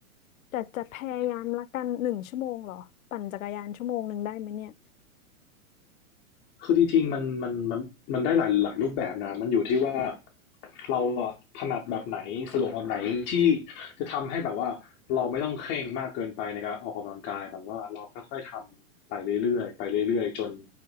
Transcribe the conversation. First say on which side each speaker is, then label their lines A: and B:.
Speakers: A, on the left; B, on the left.
A: แต่จะพยายามละกันหนึ่งชั่วโมงเหรอปั่นจักรยานชั่วโมงหนึ่งได้ไหมเนี่ย
B: คือจริงๆมันมันมันมันได้หลายหลายรูปแบบนะมันอยู่ที่ว่าเราถนัดแบบไหนสะดวกแบบไหนที่จะทำให้แบบว่าเราไม่ต้องเคร่งมากเกินไปในการออกกำลังกายแบบว่าเราค่อยๆทำไปเรื่อยๆไปเรื่อยๆจน